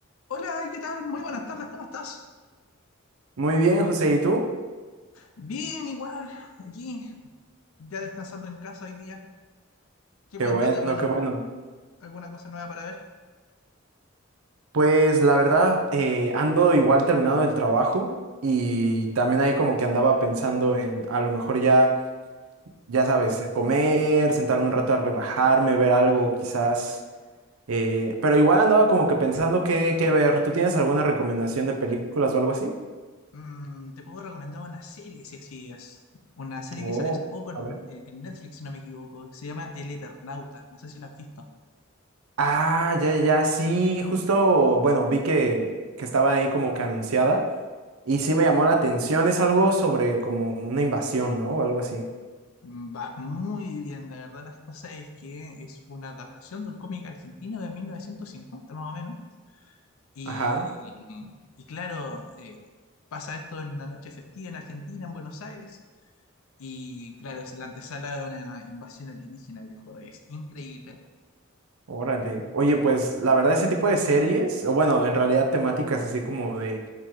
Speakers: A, on the left; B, on the right.
A: Hola, ¿qué tal? Muy buenas tardes, ¿cómo estás?
B: Muy bien, José, ¿y tú?
A: Bien, igual, aquí, ya descansando en casa hoy día. ¿Qué
B: Qué
A: cuentas
B: bueno,
A: de bueno?
B: qué bueno.
A: ¿Alguna cosa nueva para ver?
B: Pues la verdad, eh, ando igual terminado del trabajo y también ahí como que andaba pensando en a lo mejor ya, ya sabes, comer, sentarme un rato a relajarme, ver algo quizás, eh, pero igual andaba como que pensando qué, qué ver. ¿Tú tienes alguna recomendación de películas o algo así?
A: Mm, te puedo recomendar una serie, si así es. Una serie
B: Oh,
A: que salió hace poco en,
B: a ver.
A: en- Netflix, si no me equivoco, que se llama El Eternauta. No sé si la has visto.
B: Ah, ya, ya, ya, sí, justo, bueno, vi que, que estaba ahí como que anunciada. Y sí me llamó la atención, es algo sobre como una invasión, ¿no? O algo así.
A: Mm, Va muy bien, la verdad, las cosas es que es una adaptación de un cómic argentino de 1950, más o menos. Y,
B: Ajá,
A: y claro, eh, pasa esto en una noche festiva en Argentina, en Buenos Aires Y claro, es la antesala de una invasión alienígena, viejo. Es increíble.
B: órale. Oye, pues la verdad ese tipo de series, o bueno, en realidad temáticas así como de